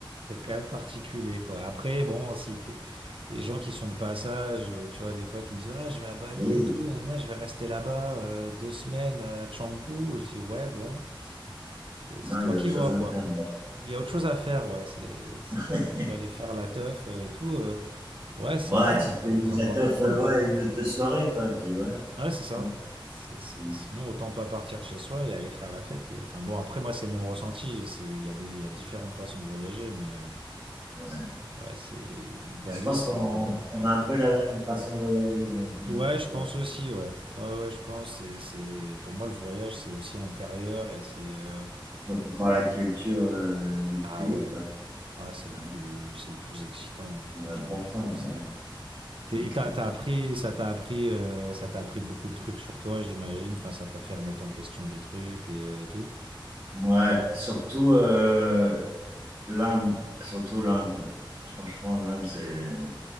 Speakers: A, on the right; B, on the right.
A: C'est quand même particulier, quoi. Après, bon, si t'es- les gens qui sont de passage, euh, tu vois, des fois, qui me disent, ah, je vais à Bali
B: Oui,
A: et tout, et nanana, je vais rester là-bas euh, deux semaines à Canggu, je dis, ouais, bon, c'est
B: non,
A: c'est toi
B: il y a
A: qui
B: autre
A: vois,
B: chose à
A: quoi.
B: faire.
A: Il y a autre chose à faire, ouais. C'est, c'est,
B: <laughs>
A: tu dois aller faire la teuf euh, et tout. euh, ouais, c'est
B: Ouais,
A: bien,
B: tu
A: mais
B: te
A: t'as
B: fais une
A: des
B: zateuf,
A: endroits plus cool,
B: heu,
A: quoi.
B: ouais, une ou 2 soirées quoi, puis voilà,
A: Ouais, c'est ça.
B: c'est bon.
A: C'est, c'est-
B: Mmh,
A: sinon, autant pas partir de chez soi et aller faire la fête. Et, enfin, bon, après, moi, c'est mon ressenti. C'est, il y a des, il y a différentes façons de voyager, mais euh,
B: ouais.
A: ouais, c'est Bali,
B: Je pense
A: c'est.
B: qu'on on
A: Ouais.
B: a un peu la même façon de voyager, je mmh,
A: Ouais, je
B: je
A: pense aussi, ouais. Ouais, ouais, je pense. C'est, c'est, pour moi, le voyage, c'est aussi intérieur et c'est. euh,
B: vois voir la culture, heu, du
A: Ah
B: pays
A: ouais.
B: quoi.
A: Ah, c'est
B: Bah
A: le plus,
B: ouais,
A: c'est le plus excitant, hein.
B: c'est
A: Franchement,
B: important,
A: je trouve. C'est.
B: ouais,
A: T'es-
B: c'est
A: Et
B: clair.
A: t'as, t'as appris, ça t'a appris, euh, ça t'a appris beaucoup de trucs sur toi, j'imagine. Enfin, ça t'a fait remettre en question des trucs et, euh, et tout.
B: Ouais, surtout, euh, l'Inde, surtout l'Inde. Franchement, l'Inde, c'est,